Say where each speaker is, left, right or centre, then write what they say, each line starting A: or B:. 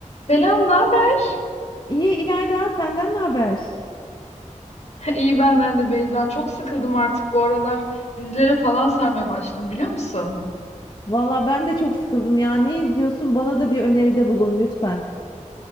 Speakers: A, on the left; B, on the left.
A: Selam, ne haber?
B: İyi İlayda, senden ne haber?
A: <laughs> İyi benden de Beyza. Çok sıkıldım artık bu aralar. Dizilere falan sarmaya başladım biliyor musun?
B: Valla ben de çok sıkıldım ya. Ne izliyorsun? Bana da bir öneride bulun lütfen.